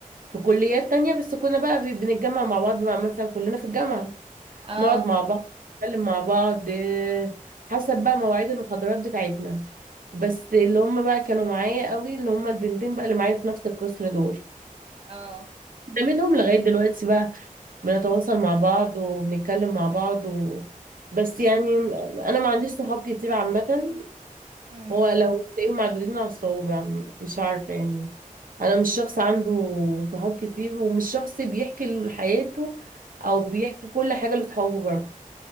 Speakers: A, on the right; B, on the right.
A: في كليات تانية بس كنا بقى بي- بنتجمع مع بعض بقى مثلا كلنا في الجامعة
B: اه
A: نقعد مع بعض نتكلم مع بعض آه، حسب بقى مواعيد المحاضرات بتاعتنا بس اللي هم بقى كانوا معايا قوي اللي هم البنتين بقى اللي معايا في نفس القسم دول
B: اه
A: ده منهم لغاية دلوقتي بقى بنتواصل مع بعض وبنتكلم مع بعض و... بس يعني انا ما عنديش صحاب كتير عامة
B: مم.
A: هو لو تلاقيهم معدودين على الصوابع م- مش عارفة يعني انا مش شخص عنده صحاب كتير ومش شخص بيحكي حياته او بيحكي كل حاجة لصحابه برضه